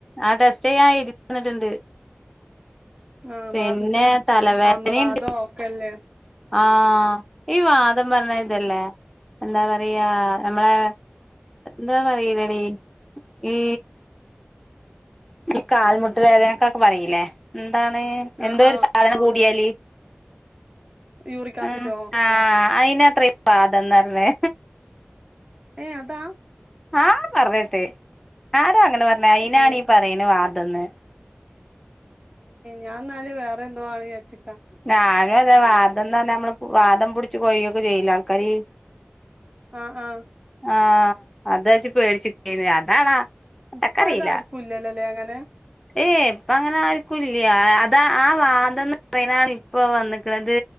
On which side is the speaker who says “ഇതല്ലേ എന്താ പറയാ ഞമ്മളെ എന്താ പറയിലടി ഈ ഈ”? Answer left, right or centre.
Centre